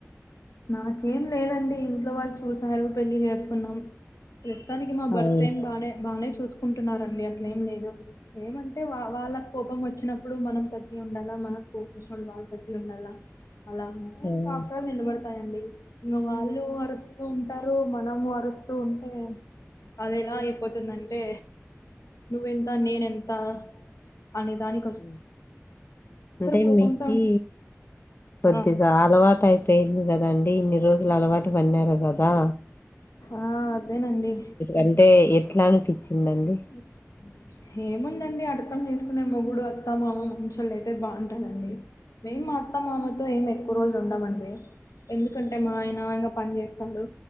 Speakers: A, on the left; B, on the left.
A: నాకేం లేదండి ఇంట్లో వాళ్ళు చూసారు పెళ్లి చేసుకున్నాం ప్రస్తుతానికి మా బర్త్
B: అవును
A: ఏం బానే బానే చూసుకుంటున్నారండి అట్లే ఏం లేదు ఏమంటే వా వాళ్ళ కోపం ఒచ్చినప్పుడు మనం తగ్గి ఉండాల మనకు కోపం ఒచ్చినప్పుడు వాళ్ళు తగ్గి ఉండాల అలా ఉంటే
B: ఉమ్
A: కాపురాల్ నిలబడు తాయండి ఇంగ వాళ్ళు అరుస్తూ ఉంటారు మనము అరుస్తూ ఉంటే అద్ ఎలా అయిపోతుందంటే నువ్వెంత నేనెంత అనేదాని
B: ఉం అంటే
A: కోపంతో
B: మీకి కొద్దిగా
A: ఆ
B: అలవాటై పెంది కదండి ఇన్ని రోజుల్ అలవాటు పన్నారు గదా.
A: ఆ అదేనండి.
B: అంటే ఎట్లా అనిపిచిందండి.
A: వ్ ఉ ఏముందండి అర్థం చేసుకునే మొగుడు అత్త మామ మంచోళ్ళు అయితే బాగుంటారండీ. మేం మా అత్త మామతో ఏమి ఎక్కువ రోజులు ఉండమండి. ఎందుకంటే మా ఆయన ఇంగ పని చేస్తాండు,